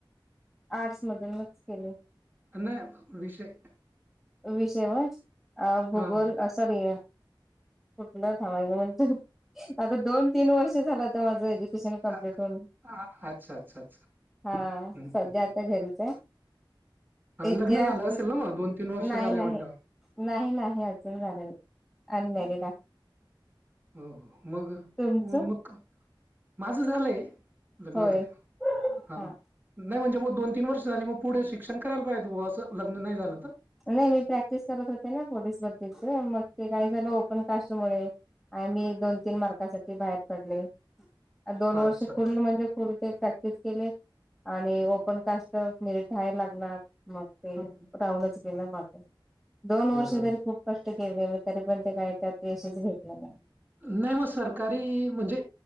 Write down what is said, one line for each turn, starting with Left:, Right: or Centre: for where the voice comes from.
Centre: आर्टस मधून मिक्स केले
Right: नाही विषय
Centre: विषयवर अ भूगोल
Right: हां,
Centre: सॉरी आहे कुठलं म्हण आता दोन तीन वर्ष झालं तर माझा कप्
Right: अ
Centre: हो
Right: अ अच्छा, अच्छा, अच्छा.
Centre: हा
Right: हं,
Centre: सध्या
Right: हं.
Centre: घरीच आहे,
Right: हां,
Centre: इतिहास.
Right: लग्न झालं असेल ना मग दोन तीन वर्ष.
Centre: नाही
Right: झाले
Centre: नाही,
Right: म्हटल्यावर
Centre: नाही नाही अजून झालं नाही, अनमॅरिड आहे.
Right: हो हो, मग
Centre: तुमचं?
Right: मग माझं झालंय, लग्न
Centre: होय.
Right: झालंय. हाम.
Centre: हा
Right: नाही म्हणजे मग दोन तीन वर्ष झाली मग पुढे शिक्षण कराला पायजे होत बाबा, असं लग्न नाही झालं तर.
Centre: नाही मी प्रॅक्टिस करत होते ना पोलिस भरतीचे, मग ते काय झालं ओपन कास्टमुळे. आ मी दोन तीन मार्कासाठी बाहेर पडले, दोन
Right: अच्छा.
Centre: वर्ष फुल म्हणजे. फुल ते प्रॅक्टिस केले, आणि ओपन कास्ट मेरिट हाय लागणार. मग ते
Right: हम्म
Centre: राहूनच गेलं मागे, दोन वर्ष
Right: हम्म
Centre: तरी खूप. स्पष्ट केले मी तरी पण, ते काय त्यात यशच भेटल नाही.
Right: नाही मग सरकारी म्हणजे,